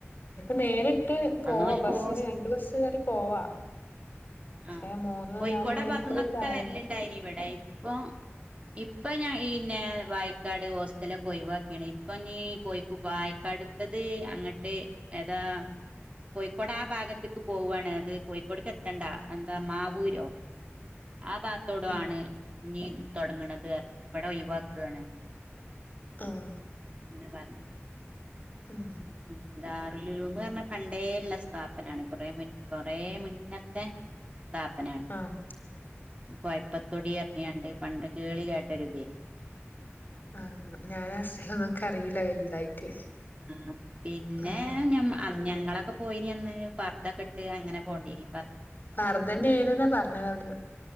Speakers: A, on the left; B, on the right.
A: നേരിട്ട് പോവാ
B: അന്ന് ഓൽക്ക്
A: ബസിന്
B: ഹോസ്
A: രണ്ട് ബസ്സ് കേറി പോവാ. പക്ഷെ
B: ആ
A: മൂന്ന്
B: കോയിക്കോട്
A: നാല് മണിക്കൂർ
B: ആ ഭാഗത്ത് നിന്ന്
A: ട്രാവൽ
B: ഒക്കെ വരലുണ്ടായിനി ഇവിടെ ഇപ്പൊ, ഇപ്പൊ ഞാൻ ന്നെ വാഴക്കാട് ഹോസ്റ്റലൊക്കെ ഒഴിവാക്കീണ്, ഇപ്പം ഇനി കോഴിക്കു പായി അടുത്തത് അങ്ങട്ട് ഏതാ? കോഴിക്കോട് ആ ഭാഗത്തേക്ക് പോവാണ്, അത് കോഴിക്കോട്ക്ക് എത്തണ്ട. എന്താ മാവൂരോ, ആ ഭാഗത്തോടൊ
A: ഉം
B: ആണ് ഇനി തുടങ്ങണത് പറഞ്ഞ്, ഇവിടെ ഒഴിവാക്കുക്കയാണ്.
A: ആഹ്
B: പിന്നെ പറഞ്ഞു.
A: ഉം
B: ഉം ന്താ. ലുലുന്ന് പറഞ്ഞാൽ പണ്ടേള്ള സ്ഥാപനമാണ്, കൊറെ കൊറേ മുന്നെത്തെ സ്ഥാപനാണ്.
A: ആഹ്
B: കൊയപ്പത്തൊടി പറഞ്ഞാണ്ട് പണ്ടൊക്കെ കേളി കേട്ടരുതെനി,
A: ആ ഞാൻ ആ സ്ഥലവൊന്നും എനിക്ക് അറീല വലുതായിട്ട്.
B: ആ, പിന്നെ
A: ആഹ്
B: ഞ ഞങ്ങളൊക്കെ പോയിനി അന്ന് പർദ്ദക്കെട്ട് അങ്ങനെ പോണ്ടിനി.
A: പർദ്ദന്നേണ്ന്നാ പറഞ്ഞത് അവിടെന്ന്.